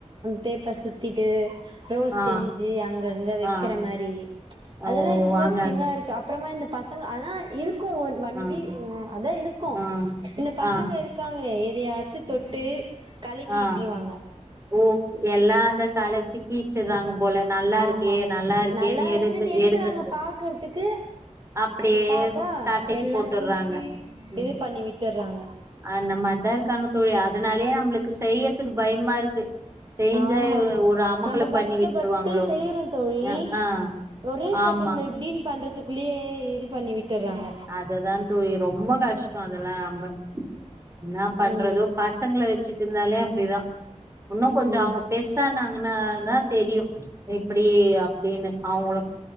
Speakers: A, on the right; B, on the right.
A: பேப்பர் சுத்திட்டு ரோஸ்
B: ஆ
A: செஞ்சி அங்கங்க வைகிற
B: ஆ
A: மாரி
B: ஓ
A: அதெல்லா இன்ட்ரெஸ்டிங்கா
B: வாங்க
A: இருக் அப்றமா இந்த பசங்க அதா இருக்கு ஒரு வண்டி
B: ஆ
A: அ அதா இருக்கு
B: ஆ
A: இந்த பசங்க
B: ஆ
A: இருக்காங்களே எதையாச்சு தொட்டு கலக்கி
B: ஆ
A: விட்டுருவாங்க
B: ஓ எல்லா அத கலச்சி கீச்சிறாங்க போல நல்லா இருக்கே
A: ஆமா
B: நல்லா இருகேன் எடு
A: இருக்குன்னு எடுக்குறாங்க
B: எடுகறது
A: பாக்குறதுக்கு
B: அப்படியே
A: அது பாத்தா
B: காசக்கி
A: எல்லா
B: போட்டுறாங்க
A: கீச்சி
B: ம்
A: இது பண்ணி விட்டுறாங்க
B: அந்த மாரிதா இருகாங்க தோழி அதனாலயே நம்ளுக்கு செய்யதுக் பயமா இருக்கு செய்ஞ்சா
A: ஆமா
B: ஒரு அமகளம்
A: நம்ம
B: பண்ணி
A: கஷ்டப்பட்டு
B: விட்டுருவாங்களோ
A: செய்யறோ தோழி
B: அ ஆ
A: ஒரே செகண்ட்ல
B: ஆமா
A: இப்டின் பண்றதுகுள்ளயே இது பண்ணி விட்டறாங்க
B: அததா தோழி ரொம்ப கஷ்டொ அதெல்லா நம்ப என்ன பண்றதோ
A: ம்
B: பச பசங்கள வச்சிட்டு இருந்தாலே அப்டிதா உன்னு கொஞ்ச
A: ம்
B: அவங்க பெர்சானாங்ன்னா தா தெரியு இப்டி அப்டினு அவங்களு